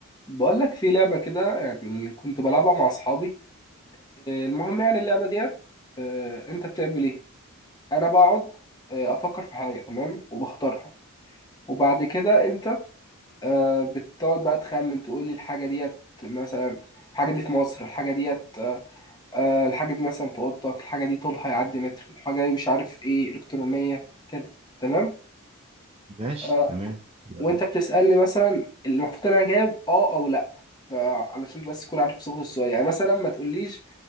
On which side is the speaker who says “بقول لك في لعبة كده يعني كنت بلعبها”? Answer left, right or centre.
Left